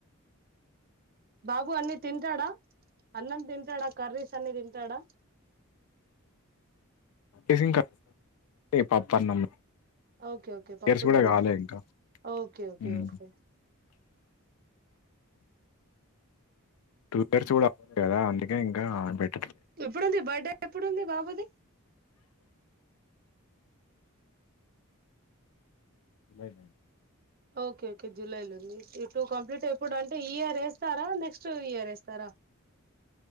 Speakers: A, on the right (about 45°); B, on the left (about 80°).
A: బాబు అన్ని తింటాడా అన్నం తింటాడా కర్రీస్ అన్నీ తింతాడా
B: ఏసీం కార్డ్ అంటే పప్పన్నమ్
A: ఓకే ఓకే పప్పు
B: తెల్సి కూడా
A: దిం
B: ఇగా ఆలే ఇంకా
A: ఓకే ఓకే
B: హ్మ్
A: ఓకే
B: టూ పర్స్ కూడా అవలే గా అంద్ ఇంకా ఆ పేట్
A: ఎప్పుడుంది బర్త్డే ఎప్పుడుంది బాబుది
B: జులై రేన్
A: ఓకే ఓకే జులైలో ఉంది ఇటు టు కంప్లీట్ ఎప్పుడు అంటే ఈ ఇయర్ వేస్తారా నెక్స్ట్ ఇయర్ వేస్తారా